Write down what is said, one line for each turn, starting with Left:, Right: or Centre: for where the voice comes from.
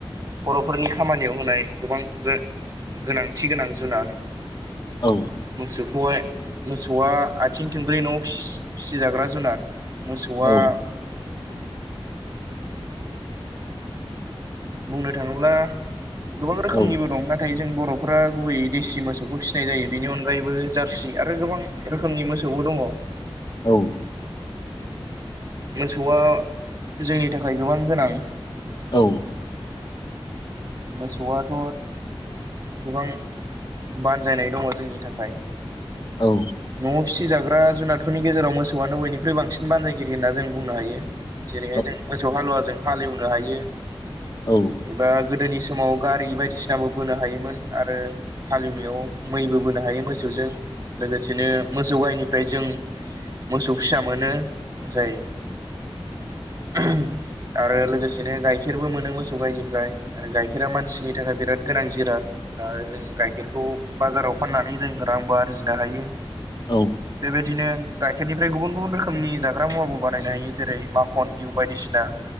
Right: बर'फोरनि खामानियाव होनाय गोबां गोनांथि गोनां जुनार।
Left: औ
Right: मोसौखौहाय मोसौआ आथिं थंब्रै न' फिसिजाग्रा जुनार मोसौआ
Left: औ
Right: बुंनो थाङोब्ला गोबां
Left: औ
Right: रोखोमनिबो दं नाथाय जों बर' <unintelligible> गुबैयै देसि मोसौखौ फिसिनाय जायो बेनि अनगायैबो जारसि आरो गोबां रोखोमनि मोसौबो दङ।
Left: औ
Right: मोसौआ जोंनि थाखाय गोबां गोनां।
Left: औ
Right: मोसौआथ' गोबां बानजायनाय दङ जोंनि थाखाय
Left: औ औ
Right: न'आव फिसिजाग्रा जुनादफोरनि गेजेराव मोसौआनो बयनिख्रुइ बांसिन बानजायगिरि होनना जों बुंनो हायो। जेरैहाय
Left: औ
Right: जों मोसौ हालुवाजों हालेवनो हायो।
Left: औ
Right: एबा गोदोनि समाव गारि बायदिसिनाबो बोनो हायोमोन आरो। हालेवनायाव मैबो बोनो हायो मोसौजों। लोगोसेनो मोसौ गाइनिफ्राय जों मोसौ फिसा मोनो जाय उम आरो लोगोसेनो गाइखेरबो मोनो मोसौ गाइनिफ्राय आरो गाइखेरा मानसिनि थाखाय बिराद गोनां जिराद आं आरो जों गाइखेरखौ बाजाराव फाननानै जों रांबो आरजिनो हायो
Left: औ
Right: बेबायदिनो गाइखेरनिफ्राय गुबुन गुबुन रोखोमनि जाग्रा मुवाबो बानायनो हायो जेरै माखन गिहु बायदिसिना